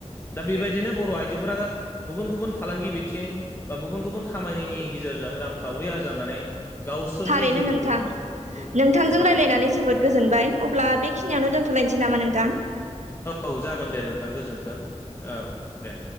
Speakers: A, on the left; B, on the right.
A: दा बेबायदिनो बर' आइजोफोरा गुबुन गुबुन फालांगि बि थिं बा गुबुन गुबुन खामानिनि गेजेरजों रांखावरि आरजानानै गावसोरनि
B: थारैनो
A: जिउखौ
B: नोंथां
A: खुं
B: नोंथांजों
A: खुंबोदों
B: रायज्लायनानै जोबोद गोजोनबाय अब्ला बेखिनियावनो दोनथ'लाय सै नामा नोंथां?
A: औ जागोन दे नोंथां गोजोन्थों औ दे।